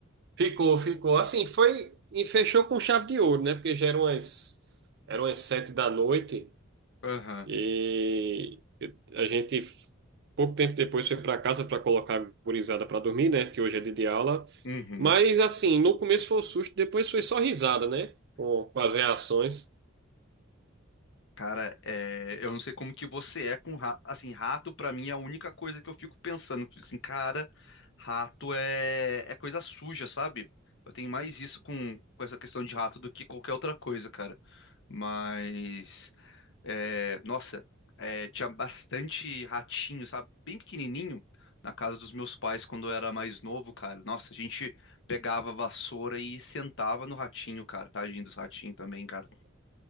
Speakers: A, on the right (about 55°); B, on the left (about 60°).
A: Ficou, ficou. Assim, foi e fechou com chave de ouro, né? Porque já eram as, eram as sete da noite.
B: Aham.
A: E a gente, pouco tempo depois, foi para casa para colocar a gurizada para dormir, né? Que hoje é dia de aula.
B: Uhum.
A: Mas, assim, no começo foi um susto, depois foi só risada, né? Com, com as reações.
B: Cara, é, eu não sei como que você é com rato. Assim, rato pra mim é a única coisa que eu fico pensando. Fico Assim, cara, rato é, é coisa suja, sabe? Eu tenho mais isso com, com essa questão de rato do que qualquer outra coisa, cara. Mas, é, nossa, é, tinha bastante ratinho, sabe? Bem pequenininho na casa dos meus pais quando eu era mais novo, cara. Nossa, a gente pegava a vassoura e sentava no ratinho, cara. Tadinho dos ratinhos também, cara.